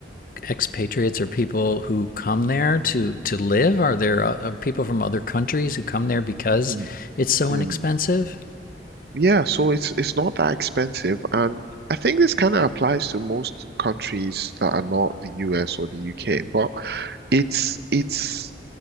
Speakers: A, on the left; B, on the right.
A: expatriates or people who come there to to live? Are there uh, uh, people from other countries who come there because
B: Mm,
A: it's so
B: mm.
A: inexpensive?
B: Yeah, so it's it's not that expensive, and I think this kind of applies to most countries that are not the US or the UK, but it's it's